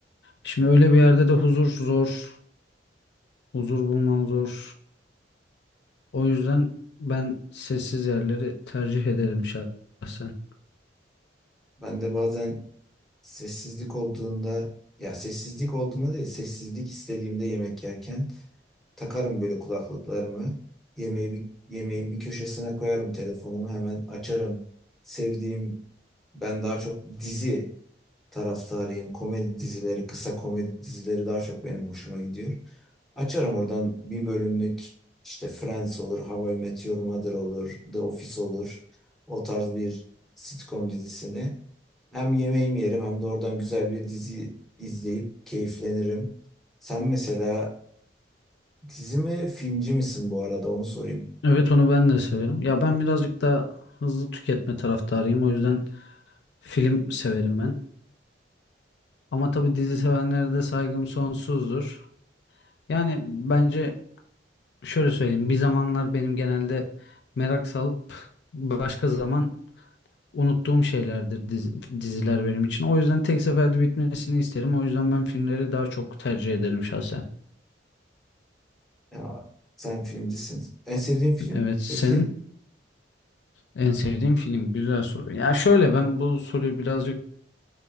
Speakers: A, on the left; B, in the centre.
A: Şimdi öyle bir yerde de huzur zor, huzur bulman zor. O yüzden ben sessiz yerleri tercih ederim şahsen.
B: Ben de bazen Sessizlik olduğunda ya sessizlik olduğunda değil sessizlik istediğimde yemek yerken takarım böyle kulaklıklarımı yemeği bir, yemeğin bir köşesine koyarım telefonumu hemen açarım sevdiğim ben daha çok dizi taraftarıyım komedi dizileri kısa komedi dizileri daha çok benim hoşuma gidiyor açarım oradan bir bölümlük işte Friends olur How I Met Your Mother olur The Office olur o tarz bir sitcom dizisini hem yemeğimi yerim hem de oradan güzel bir dizi izleyip keyiflenirim. Sen mesela dizi mi filmci misin bu arada onu sorayım.
A: Evet onu ben de severim. Ya ben birazcık daha hızlı tüketme taraftarıyım. O yüzden film severim ben. Ama tabii dizi sevenlere de saygım sonsuzdur. Yani bence şöyle söyleyeyim. Bir zamanlar benim genelde merak salıp başka zaman unuttuğum şeylerdir dizi- diziler benim için. O yüzden tek seferde bitmesini isterim. O yüzden ben filmleri daha çok tercih ederim şahsen.
B: Ya, sen filmcisin. En sevdiğin film
A: Evet, senin
B: peki?
A: en sevdiğin film. Güzel soru. Ya şöyle ben bu soruyu birazcık